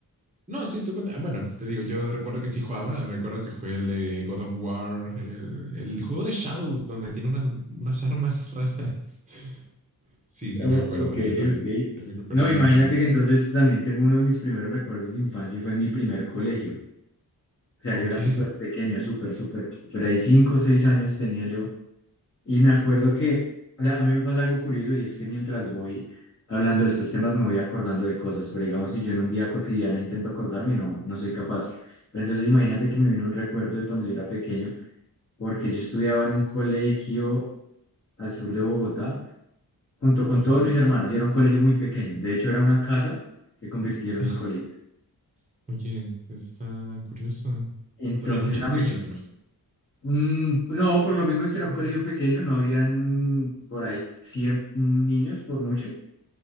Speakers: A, on the right; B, on the left.
A: No, sí, tú cuenta. Bueno, te digo, yo recuerdo que sí jugaba. Me acuerdo que jugué el de God of War, el, el juego de Shadow, donde tiene unas, unas armas <laughs> raras. Sí, sí,
B: Oh,
A: me acuerdo.
B: ok,
A: Yo también.
B: ok.
A: Tengo recuerdos
B: No, imagínate
A: de infancia.
B: que entonces también tengo uno de mis primeros recuerdos de infancia y fue en mi primer colegio. O sea,
A: Ok.
B: yo era súper pequeño, súper, súper, por ahí cinco o seis años tenía yo. Y me acuerdo que, o sea, a mí me pasa algo curioso y es que mientras voy hablando de estos temas me voy acordando de cosas, pero digamos, si yo en un día cotidiano intento acordarme, no, no soy capaz. Pero entonces imagínate que me vino un recuerdo de cuando yo era pequeño, porque yo estudiaba en un colegio al sur de Bogotá, junto con
A: Ajá.
B: todos mis hermanos, y era un colegio muy pequeño. De hecho, era una casa que convirtieron
A: <laughs>
B: en colegio.
A: Oye, está curioso.
B: Entonces
A: Había muchos
B: era muy...
A: niños, imagino.
B: mm, no, por lo mismo que era un colegio pequeño, no habían por ahí 100 niños por mucho